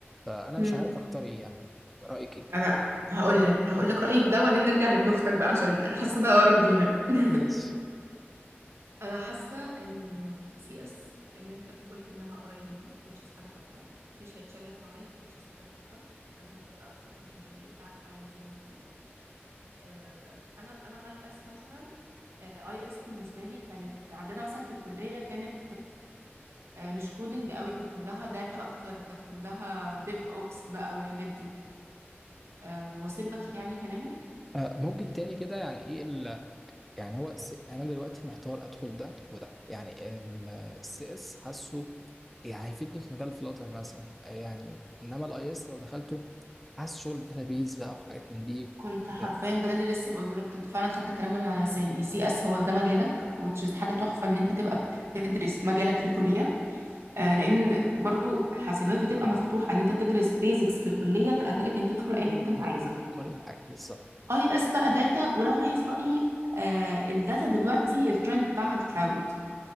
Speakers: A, in the centre; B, on the right.
A: فأنا
B: امم
A: مش عارف أختار إيه يعني رأيك إيه؟
B: انا هقول لك هقول لك رايي في ده وبعدين نرجع لابن اختك بقى عشان حاسه ده اقرب لينا <laughs>
A: <laughs> ماشي
B: انا حاسه انه سي اس لان انت قلت انها قريب منك which is حاجه تحفه مش هيتشال لك مواد which is حاجه تحفه فانت هتبقى واخد الجي بي بتاعك عالي زي ما انت آه انا انا اي اس مثلا اي اس بالنسبه لي كانت عندنا مثلا في الكليه كانت آه مش كودنج قوي كانت كلها داتا اكتر كانت كلها ديف اوبس بقى والحاجات دي آه واصل لك يعني كلامي
A: آه، ممكن تاني كده يعني إيه يعني هو س... انا دلوقتي محتار ادخل ده وده يعني السي اس حاسه يعني هيفيدني في مجال فلاتر مثلا يعني انما الاي اس لو دخلته حاسس شغل داتابيز بقى وحاجات من دي
B: كنت حرفيا
A: كده.
B: ده اللي لسه بقوله لك كنت فعلا خدت الكلام ده من على لساني سي اس هو ده مجالك which is حاجه تحفه ان انت تبقى بتدرس مجالك في الكليه آه لان برضو حاسبات بتبقى مفتوحه ان انت بتدرس بيزكس في الكليه تاهلك ان انت تدخل اي حته
A: كل
B: انت
A: حاجه
B: عايزها
A: كل حاجه بالظبط
B: اي اس بقى داتا ولو عايز رايي آه الداتا دلوقتي الترند بتاعها الكلاود